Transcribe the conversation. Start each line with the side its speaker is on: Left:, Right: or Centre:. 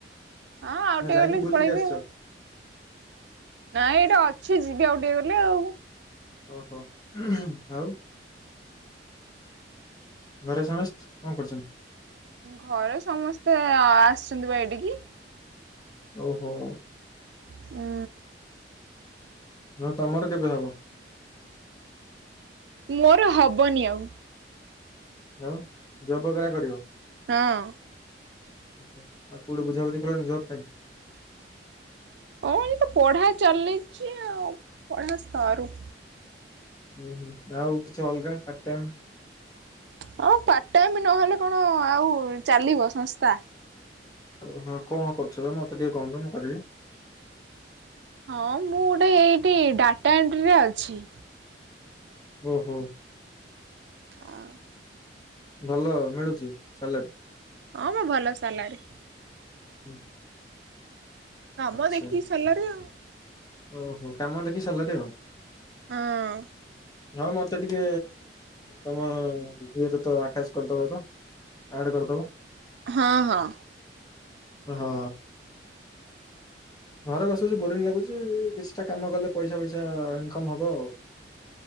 Right: ଆଉ
Left: ନା
Right: ଟିକେ
Left: ଯାଇକି
Right: ଗଲେ
Left: ବୁଲିକି
Right: ପଳେଇବି
Left: ଆସିଛ।
Right: ଆଉ। ନାଇଁ ଏଇଥି ଅଛି। ଯିବି ଆଉ ଟିକେ ଗଲେ ଆଉ।
Left: ଓହୋ ଆଉ ଘରେ ସମସ୍ତେ କଣ କରୁଛନ୍ତି?
Right: ଘରେ ସମସ୍ତେ ଆସିଛନ୍ତି ବା ଏଇଠିକି।
Left: ଓ ହୋ।
Right: ହୁଁ।
Left: ହଁ ତମର କେବେ ହବ?
Right: ମୋର ହବନି ଆଉ।
Left: ଆଉ ଜବକରା କରିବ।
Right: ହଁ।
Left: ଆଉ କୋଉଠୁ ବୁଝାବୁଝି କଲେଣି ଜବ ପାଇଁ?
Right: ହଁ ଏଇ ତ! ପଢ଼ା ଚାଲିଛି ଆଉ ପଢ଼ା ସରୁ।
Left: ହୁଁ ହୁଁ ଆଉ କିଛି ଅଲଗା ପାର୍ଟ ଟାଇମ୍?
Right: ହଁ ପାର୍ଟ ଟାଇମ୍ ନହେଲେ କଣ ଆଉ ଚାଲିବ ସଂସ୍ଥା।
Left: ଓ ହଁ କଣ କରୁଛ ଯେ ମତେ ଟିକେ କହୁନ ମୁଁ କରିବି?
Right: ହଁ ମୁଁ ଗୋଟେ ଏଇଠି ଡାଟା ଏଣ୍ଟ୍ରିରେ ଅଛି।
Left: ଓ ହୋ।
Right: ହଁ।
Left: ଭଲ ମିଳୁଛି ସାଲେର?
Right: ହଁ ମ ଭଲ ସାଲାରୀ?
Left: ହୁଁ।
Right: କାମ
Left: ଆଚ୍ଛା
Right: ଦେଖିକି ସାଲେରୀ ଆଉ।
Left: ଓହୋ କାମ ଦେଖିକି ସାଲେରୀ ଆଉ?
Right: ହଁ।
Left: ହଁ ମତେ ଟିକେ ତମ ଗୁଲୁଲୁ ସହିତ ଆଟାଚ କରିଦବ ତ? ଆଡ୍ କରିଦବ?
Right: ହଁ ହଁ।
Left: ଅ ହଁ। ଘରେ ବସି ବସି ବୋରିଂ ଲାଗୁଛି କିଛିଟା କାମ କଲେ ପଇସା ଫଇସା ଇନକମ୍ ହବ ଆଉ।